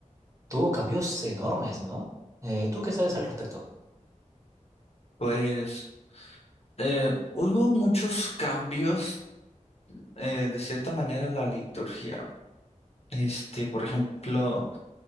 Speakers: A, on the right (about 25°); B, on the left (about 50°).
A: tuvo cambios enormes, ¿no? Eh, ¿tú qué sabes al respecto?
B: pues eh, hubo muchos cambios eh, de cierta manera en la liturgia. Este, por ejemplo,